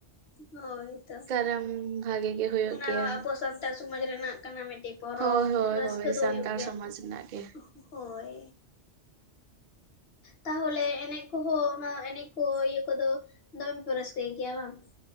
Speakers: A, on the left; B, on the right.
A: ᱦᱳᱭ ᱛᱚ
B: ᱠᱟᱨᱟᱢ ᱵᱷᱟᱜᱮ ᱜᱮ ᱦᱩᱭᱩᱜ
A: ᱚᱱᱟ
B: ᱜᱮᱭᱟ
A: ᱦᱚᱸ ᱟᱵᱚ ᱥᱟᱱᱛᱟᱲ ᱥᱚᱢᱟᱡᱽ ᱨᱮᱱᱟᱜ ᱠᱟᱱᱟ ᱢᱤᱫ ᱴᱤᱡ ᱯᱚᱨᱚᱵᱽ
B: ᱦᱳᱭ ᱦᱳᱭ
A: ᱨᱟᱹᱥᱠᱟᱹ
B: ᱦᱳᱭ
A: ᱫᱚ
B: ᱥᱟᱱᱛᱟᱲ
A: ᱦᱩᱭᱩᱜ ᱜᱮᱭᱟ
B: ᱥᱚᱢᱟᱡᱽ
A: ᱛᱚ
B: ᱨᱮᱱᱟᱜ ᱜᱮ
A: ᱦᱳᱭ ᱛᱟᱦᱚᱞᱮ ᱮᱱᱮᱡ ᱠᱚᱦᱚᱸ ᱚᱱᱟ ᱮᱱᱮᱡ ᱠᱚ ᱤᱭᱟᱹ ᱠᱚᱫᱚ ᱫᱚᱢᱮ ᱯᱮ ᱨᱟᱹᱥᱠᱟᱹᱭ ᱜᱮᱭᱟ ᱵᱟᱝ